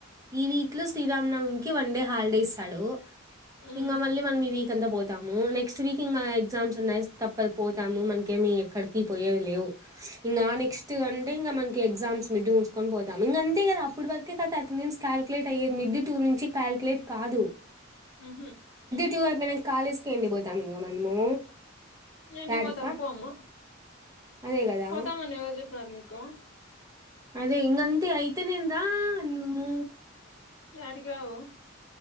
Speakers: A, on the right; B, on the left.
A: ఈ వీక్ లో శ్రీరామనవమి కి వన్ డే హాలిడే ఇస్తాడు
B: ఉమ్
A: ఇంగ మళ్ళీ మనం ఈ వీక్ అంతా పోతాము నెక్స్ట్ వీక్ ఇంకా ఎగ్జామ్స్ ఉన్నాయి తప్ పద్ పోతాము మనకేమి ఎక్కడికి పోయేవి లేవు ఇంగా నెక్స్ట్ అన్ టే ఇంగ మనకి ఎగ్జామ్స్ మిడ్ ఉంచుకొని పోతాము ఇంగంతే కదా అప్పుటివరకే కదా అటెండెన్స్ కల్క్లేట్ అయ్యేది మిడ్ టూ నుంచి కల్క్లేట్ కాదు
B: ఊహూ
A: టూ ఏమైన కాలేజ్స్కి ఎండిపోతాము ఇంగ మనము
B: మీ ఇంటికి
A: యాటికిపా
B: పోతము పోమ్మా
A: అదే కదా
B: పోతమని ఎవర్జెప్పినార్ నీకు
A: అదే ఇంగంతే అయితే నేన్ రాను
B: ఎడికి రావు